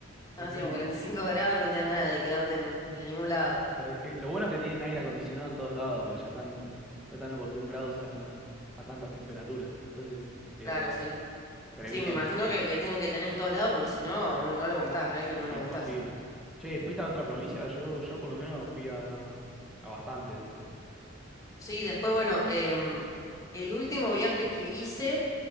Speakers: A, in the centre; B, on the left.
A: Horrible.
B: no, así como 45 grados no te dan ganas de quedarte en, en ningún lado.
A: la de que, lo bueno es que tienen aire acondicionado en todos lados, porque ya están, ya están acostumbrados a, a tantas temperaturas. Entonces, eh,
B: Claro, sí, sí.
A: previenen.
B: Sí, me imagino que, que tienen que tener en todos lados porque si no, no, no lo aguantás, real que
A: Es
B: no lo
A: imposible.
B: aguantás.
A: Che, ¿fuiste a otra provincia? Yo, yo por lo menos fui a, a bastante después.
B: Sí, después, bueno, em, el último viaje que hice